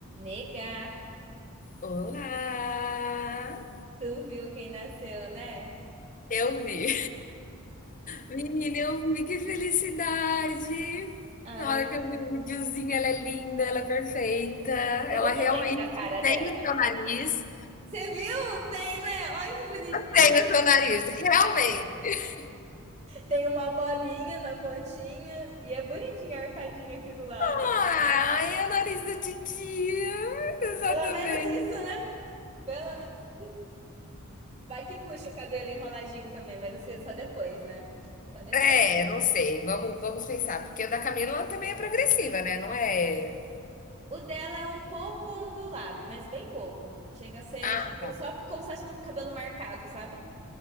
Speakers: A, on the right (about 30°); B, on the left (about 40°).
A: Negar.
B: Olá!
A: Tu viu quem nasceu, né?
B: Eu vi. Menina, eu vi, que felicidade!
A: Ah,
B: Na
A: eu...
B: hora que eu vi o videozinho, ela é linda, ela é perfeita. Ela
A: Você viu o
B: realmente
A: sangue na cara dela?
B: tem o seu nariz.
A: Você viu? Tem, né? Olha que bonitinho.
B: Tem o seu nariz, realmente.
A: Tem uma bolinha na pontinha e é bonitinha a arcadinha aqui do lado.
B: Ai, é o nariz do titia. Exatamente.
A: Pelo menos isso, né? Pelo menos. Vai que puxa o cabelo enroladinho também, mas assim, só depois, né? Só depois.
B: É, é, não sei. Vamos, vamos pensar. Porque o da Camila ela também é progressiva, né? Não é.
A: O dela é um pouco ondulado, mas bem pouco. Chega a ser
B: Ah,
A: tipo,
B: tá.
A: só como se fosse um cabelo marcado, sabe?